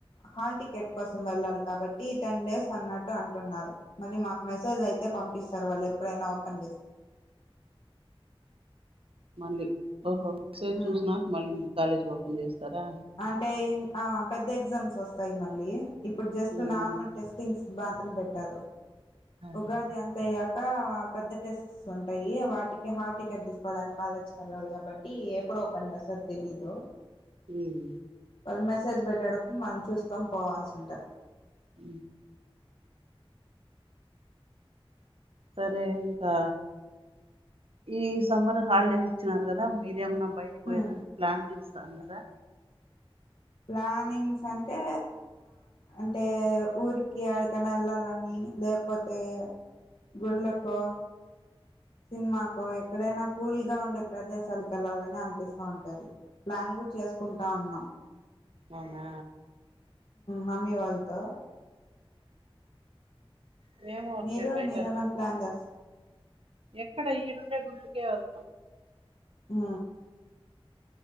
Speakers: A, on the left; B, on the right.
A: హాల్ టికెట్ కోసం వెళ్ళాలి కాబట్టి టెన్ డేస్ అన్నట్టు అంటున్నారు మళ్ళ మా మసజ్ అయితే పంపిస్తంది తర్వాళ్ళు ఎప్పుడైనా ఓపెన్ చేస్త
B: మళ్ళీ సారి
A: ఉమ్
B: చూసిన మళ్ళీ కాలేజ్ ఓపెన్ చేస్తారా
A: అంటే ఆ పెద్ద ఎగ్జామ్స్ వస్తాయి మళ్ళీ ఇప్పుడు just
B: um.
A: Normal testings bathroom పెట్టారు
B: ఉమ్.
A: ఉగాది అంత ఇ పెద్ద టెస్ట్ ఉంటాయి వాటికి హార్ టికెట్ తీసుకోవడానికి ఆలోచన కాబట్టి ఎప్పుడు పంంచ సత్ తెలీలో
B: ఉమ్.
A: వాళ్ళు మెసేజ్ పెట్టేటప్పుడు మనం చూసుకొని పోవాల్సి ఉంటుంది
B: అ సరే ఇంకా ఈ సమ్మర్ హాలిడేస్ ఇచ్చినారు కదా మీరేమన్నా బయటకి పోయదని
A: హ్మ్
B: ప్లాన్ చేస్తా అన్నారా
A: ప్లానింగ్స్ అంటే అంటే ఊరికి అడకన వెళ్ళాలని లేకపోతే గుళ్ళకో సినిమాకో ఎక్కడైనా కూల్గా ఉండే ప్రదేశాలకు వెళ్ళాలని అనిపిస్తా ఉంటది ప్లాన్ కూడా చేసుకుంటా ఉన్నాం
B: అవునా
A: మమ్మీ వాళ్ళతో
B: అ ఏమో అట్లే
A: మీరు
B: బయట
A: మీరేమన్నా
B: వెళ్దాము
A: ప్లాన్ చేస్త
B: ఎక్కడ ఈడుండే గు కేవత
A: ఆ